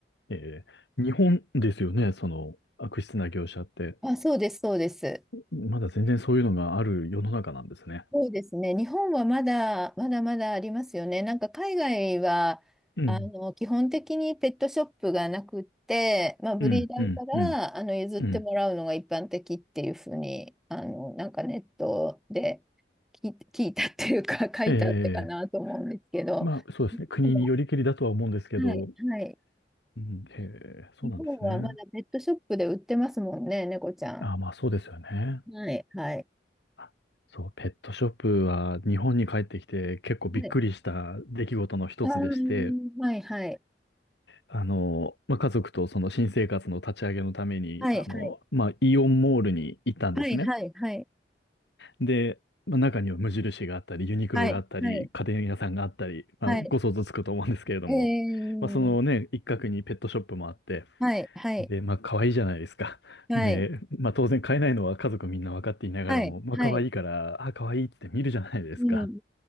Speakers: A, on the left; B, in the centre.
A: ええ日本ですよね、その悪質な業者って。
B: あ、そうです、そうです。
A: まだ全然そういうのがある世の中なんですね。
B: そうですね。日本はまだ、まだまだありますよね。なんか海外は、
A: うん、
B: あの、基本的にペットショップがなくって、まあ、ブリーダーから、
A: うん、うん、うん、
B: あの、譲ってもらうのが一般的っていうふうに、
A: うん。
B: あの、なんかネットで聞い、聞いたっていうか、<laughs> 書いたってかなと思うんですけど、
A: ええ、まあそうですね。
B: 日本は、
A: 国によりけりだとは思うんですけど、
B: はい、はい。
A: うん、へえ、そうなんですね。
B: 日本はまだペットショップで売ってますもんね、猫ちゃん。
A: あ、まあそうですよね。
B: はい、はい、
A: あそう、ペットショップは日本に帰ってきて結構びっくりした出来事の一つでして、
B: はい。あーはい、はい、
A: あの、まあ家族とその新生活の立ち上げのために、
B: はい、
A: あの、
B: はい、
A: まあイオンモールに行ったんですね。
B: はい、はい。はい
A: で、まあ、中には無印があったり、ユニクロがあったり、
B: はい、はい、
A: 家電屋さんがあったり、まあご想像つくと思うんですけれども、
B: はい。えー、
A: まあそのね、一角にペットショップもあって、
B: はい、はい、
A: で、まあ、可愛いじゃないですか。
B: はい、
A: で、まあ、当然買えないのは家族みんな分かっていながらも、
B: はい、
A: まあ、
B: はい、
A: 可愛いから、あ、可愛いって見るじゃないですか。
B: うん、うん、